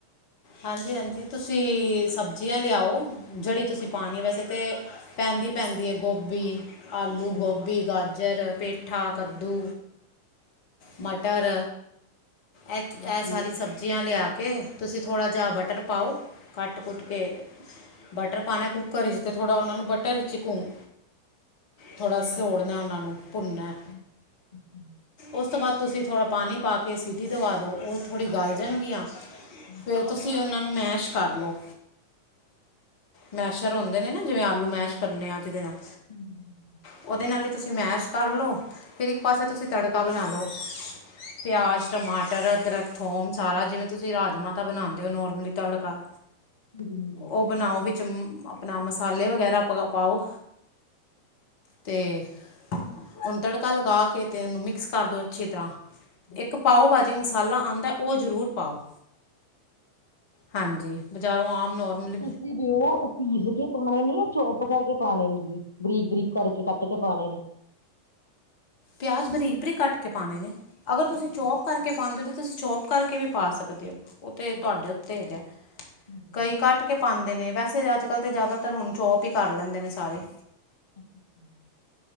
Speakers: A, on the left; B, on the left.
A: ਹਾਂਜੀ- ਹਾਂਜੀ ਤੁਸੀਂ ਸਬਜ਼ੀਆਂ ਲਿਆਓ ਜਿਹੜੀ ਤੁਸੀਂ
B: ਹਾਂਜੀ
A: ਪਾਉਣੀ ਵੈਸੇ ਤਾਂ ਪੈਂਦੀ- ਪੈਂਦੀ ਹੈ ਗੋਭੀ, ਆਲੂ,
B: ਹਾਂਜੀ
A: ਗੋਭੀ, ਗਾਜਰ, ਪੇਠਾ। ਪੇਠਾ,
B: ਹਾਂਜੀ
A: ਕੱਦੂ, ਮਟਰ ਇਹ
B: ਹਾਂਜੀ
A: ਇਹ ਸਾਰੀ
B: ਹਾਂਜੀ ਹਾਂਜੀ
A: ਸਬਜ਼ੀਆਂ ਲਿਆ ਕੇ ਤੁਸੀਂ ਥੋੜ੍ਹਾ ਜਿਹਾ ਬਟਰ ਪਾਓ। ਕੱਟ ਕੁੱਟ ਕੇ ਬਟਰ
B: ਅੱਛਾ
A: ਪਾਉਣਾ ਕੁੂੱਕਰ 'ਚ ਅਤੇ ਥੋੜ੍ਹਾ ਉਹਨਾਂ ਨੂੰ ਬਟਰ ਵਿੱਚ ਹੀ ਘੁੰ ਥੋੜਾ ਸੋੜਨਾ
B: ਜੀ
A: ਉਹਨਾ ਨੂੰ ਭੁੰਨਣਾ
B: ਅੱਛਾ ਅੱਛਾ
A: ਉਸ ਤੋਂ ਬਾਅਦ ਤੁਸੀਂ ਥੋੜ੍ਹਾ ਪਾਣੀ ਪਾ ਕੇ ਸੀਟੀ ਦਵਾ ਦਿਉ ਉਹ ਥੋੜ੍ਹੀ ਗਲ ਜਾਣਗੀਆਂ।
B: ਹਾਂਜੀ
A: ਫਿਰ
B: ਹਾਂਜੀ
A: ਤੁਸੀਂ ਉਹਨਾਂ ਨੂੰ ਮੈਸ਼ ਕਰ ਲਓ। ਮੈਸ਼ਰ ਹੁੰਦੇ ਨੇ ਨਾ ਜਿਵੇਂ ਆਲੂ ਮੈਸ਼ ਕਰਨੇ ਆ ਅੱਜ ਦੇ ਨਾਲ
B: ਹਾਂਜੀ- ਹਾਂਜੀ।
A: ਉਹਦੇ ਨਾਲ ਈ ਤੁਸੀਂ ਮੈਸ਼ ਕਰ ਲੋ ਫਿਰ ਇੱਕ ਪਾਸੇ ਤੁਸੀਂ ਤੜਕਾ ਬਨਾ ਲੋ ਪਿਆਜ਼
B: ਅੱਛਾ ਜੀ
A: ਅਦੱਰਕ ਥੋਮ ਸਾਰਾ ਜਿਵੇਂ ਤੁਸੀਂ ਰਾਜਮਾਂ ਦਾ ਬਨਾਂਦੇ ਓ ਨੋਰਮਲੀ ਤੜਕਾ।
B: <unintelligible>
A: ਓ ਬਨਾਓ ਵਿੱਚ ਅਪਨਾ ਮਸਾਲੇ ਵਗੈਰਾ ਪਾ ਪਾਓ। ਤੇ ਓਨੂੰ ਤੜਕਾ ਲਗਾ ਕੇ ਤੇ ਓਨੂੰ ਮਿਕਸ ਕਰ ਦੋ ਅੱਛੀ ਤਰ੍ਹਾਂ।
B: <inaudible>
A: ਇੱਕ ਪਾਓ ਭਾਜੀ ਮਸਾਲਾ ਆਂਦਾ ਓ ਜ਼ਰੂਰ ਪਾਓ। ਹਾਂਜੀ, ਬਜ਼ਾਰੋਂ ਆਮ ਨੋਰਮਲ
B: ਜੇੜਾ ਓ ਪੀਸ ਕੇ ਪਾਉਣੇ ਨੇ ਯਾ ਚੋਪ ਕਰਕੇ ਪਾਣੇ ਨੇ ਜੀ ਬਰੀਕ-ਬਰੀਕ ਕਰਕੇ ਕੱਟ ਕੇ ਪਾਣੇ ਨੇ?
A: ਪਿਆਜ਼ ਬਰੀਕ-ਬਰੀਕ ਕੱਟ ਕੇ ਪਾਨੇ ਨੇ, ਅਗਰ ਤੁਸੀਂ
B: ਅੱਛਾ ਅੱਛਾ
A: ਚੋਪ
B: ਅੱਛਾ
A: ਕਰ ਕੇ ਪਾਂਦੇ ਓ ਤੇ ਤੁਸੀਂ ਚੋਪ ਕਰਕੇ ਵੀ ਪਾ ਸਕਦੇ ਓ। ਓ ਤੇ
B: ਅੱਛਾ
A: ਤੁਹਾਡੇ
B: ਅੱਛਾ,
A: ਉਤੇ ਹੈਗਾ,
B: ਹਾਂਜੀ ਹਾਂਜੀ
A: ਕਈ ਕੱਟ ਕੇ ਪਾਂਦੇ ਨੇ, ਵੈਸੇ ਅੱਜ ਕੱਲ੍ਹ ਤੇ ਜ਼ਿਆਦਾਤਰ ਹੁਨ ਚੋਪ ਈ ਕਰ ਲੈਂਦੇ ਨੇ ਸਾਰੇ।
B: <unintelligible>